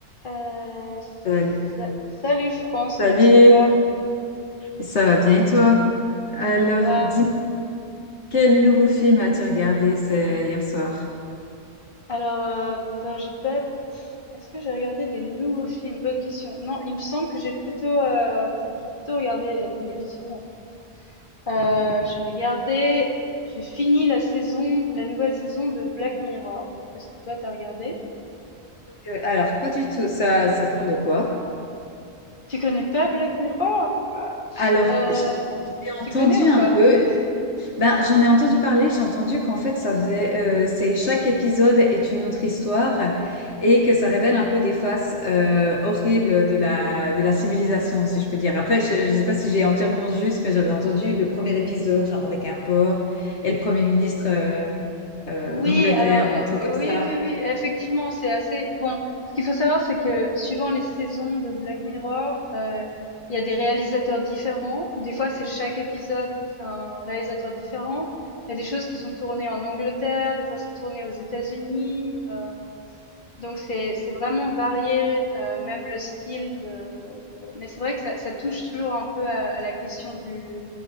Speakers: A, on the left (about 45°); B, on the left (about 80°).
A: Euh, sa-
B: Salut,
A: salut France,
B: Salut.
A: comment ça va?
B: ça va bien et toi? Alors,
A: Ça va.
B: dis-moi, quel nouveau film as-tu regardé c'est hier soir?
A: Alors, euh, bah, j'ai pas. Est-ce que j'ai regardé des nouveaux films? Bonne question. Non, il me semble que j'ai plutôt, euh, j'ai plutôt regardé la télévision. en fait. Euh, j'ai regardé, j'ai fini la saison, la nouvelle saison de Black Mirror. Est-ce que toi t'as regardé?
B: Euh, Alors, pas du tout, ça, ça parle de quoi?
A: Tu connais pas Black Mirror? Waouh.
B: Alors,
A: Euh,
B: j- j'ai
A: tu
B: entendu
A: connais ou
B: un
A: pas?
B: peu, Ben, j'en ai entendu parler, j'ai entendu qu'en fait, ça faisait, euh, c'est chaque épisode est une autre histoire et que ça révèle un peu des faces euh, horribles de la, de la civilisation, si je peux dire. Après, je ne sais pas si j'ai entièrement juste, mais j'avais entendu le premier épisode, genre avec un porc et le premier ministre euh, euh,
A: Oui,
B: d'Angleterre
A: alors
B: ou un truc
A: heu,
B: comme ça.
A: oui, oui, oui, effectivement, c'est assez bon, ce qu'il faut savoir, c'est que suivant les saisons de Black Mirror, heu, il y a des réalisateurs différents. Des fois, c'est chaque épisode, c'est un réalisateur différent. Il y a des choses qui sont tournées en Angleterre, des fois c'est tourné aux États-Unis, hem, donc c'est c'est vraiment varié, heu, même le style de de mais c'est vrai que ça ça touche toujours un peu à à la question du